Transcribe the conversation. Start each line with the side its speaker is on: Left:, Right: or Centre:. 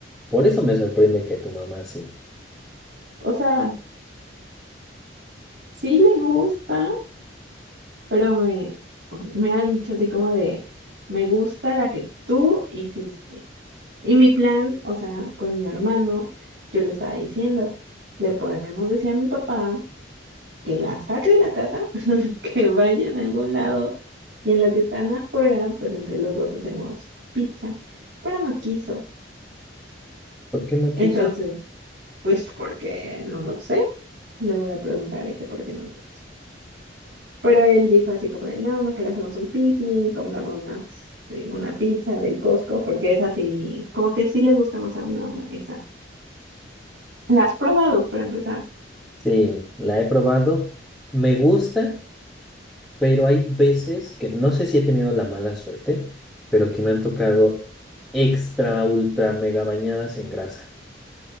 Centre: Por eso me sorprende que tu mamá sí.
Right: <laughs> o sea, sí le gusta, pero me, me ha dicho así como de, me gusta la que tú hiciste. Y mi plan, o sea, con mi hermano, yo le estaba diciendo, le podemos decir a mi papá que la saque de la casa, <laughs> que vayan a algún lado y en lo que están afuera, pues entre los dos hacemos pizza, pero no quiso.
Centre: ¿Por qué no quiso?
Right: Entonces, pues porque no lo sé, luego le preguntaré que por qué no quiso. Pero él dijo así como de, no, mejor hacemos un picnic, compramos una sí, una pizza del Costco, porque es así, como que sí le gusta más a mi mamá esa. ¿La has probado para empezar?
Centre: Sí, la he probado. Me gusta, pero hay veces que no sé si he tenido la mala suerte, pero que me han tocado extra, ultra, mega bañadas en grasa.